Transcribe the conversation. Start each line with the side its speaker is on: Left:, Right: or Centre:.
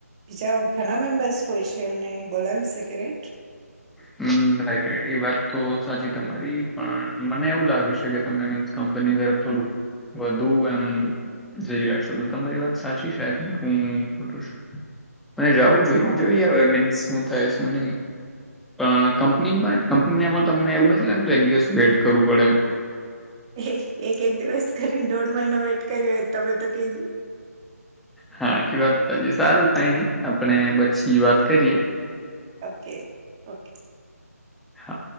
Right: બીજા ઘણા મેમ્બર્સ હોય છે. એમને બોલાવી શકે રાઈટ!
Centre: હમ રાઈટ રાઈટ એ વાત તો સાચી તમારી પણ મને એવું લાગે છે કે તમે મી કંપની તરફ થોડુંક વધુ એમ જઈ રહ્યા છો. તો તમારી વાત સાચી છે આ થિક હું ખટું છું. અને જવું જોઈએ
Right: હા
Centre: જોઈએ હવે મીન્સ શું થાય શું નહી. પણ કંપની પણ કંપનીને પણ તમને એવું નથી લાગતું એક દિવસ વેઇટ કરવું પડે એમ.
Right: એક એક એક દિવસ કરીને દોઢ મહિનો વેટ. કર તમે તો કેું.
Centre: હા એ વાત સાજીી સારું કઈ નઈ આપણે પછી વાત કરીએ.
Right: Okay okay.
Centre: હા.